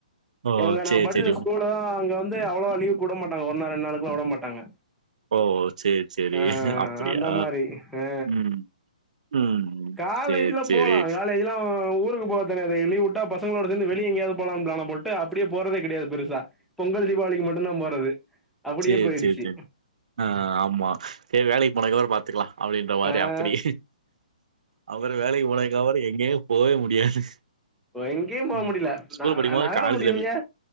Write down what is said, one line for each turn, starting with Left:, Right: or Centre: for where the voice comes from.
Right: ஓ
Centre: எங்க
Right: சேரி
Centre: நா படிச்ச
Right: சேரி
Centre: ஸ்கூல அங்க வந்து அவ்ளவா லீவுகு வுட மாட்டாங்க ஒரு நா ரெண்டு நாளுக்குலா விட மாட்டாங்க
Right: ஓ செரி செரி
Centre: ஆ
Right: அப்டியா
Centre: அந்த மாரி ஆ
Right: ம் ம்
Centre: காலேஜ்ல
Right: செரி செரி
Centre: போலா காலேஜ்லா ஊருக்கு போறது கெடையாது லீவு வுட்டா பசங்களோட சேந்து வெளிய எங்கயாவது போலானு ப்ளான போட்டு அப்டியே போறதே கெடையாது பெருசா பொங்கல் தீபாவளிக்கு மட்டுதா போறது அப்டியே
Right: செரி
Centre: போயிடுச்சு
Right: செரி செரி ஆ ஆமா செரி வேலைக்கு போனதுக்கப்றோ பாத்துக்கலா அப்டின்ற மாரி
Centre: ஆ
Right: அப்டி அப்றோ வேலைக்கு போனதுக்கப்றோ எங்கேயுமே போவே முடியாது
Centre: எங்கேயு போ
Right: ம்
Centre: முடியல
Right: ஸ்கூல்
Centre: ந
Right: படிக்கு போது
Centre: நகர
Right: காலேஜ்ல
Centre: முடியலையே
Right: போய்